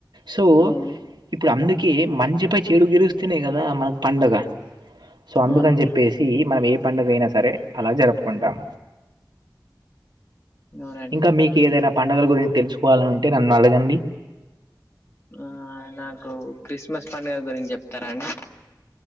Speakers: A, on the right; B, on the left.
A: సో
B: అవును
A: ఇప్పుడు అందు కి మంచి పై చెడు గెలుస్తానే కదా మనకు పండగ సో అందుకని
B: అవునండి
A: చెప్పే సి మనం ఏ పండగ అయినా సరే అలా జరుపుకుంటాం
B: అవునండి
A: ఇంకా మీకు ఏదైనా పండగల గురించి తెలుసుకోవాలనుంటే నన్ను అడగండి
B: ఆ నాకు క్రిస్మస్ పండగ గురించి చెప్తారా అండి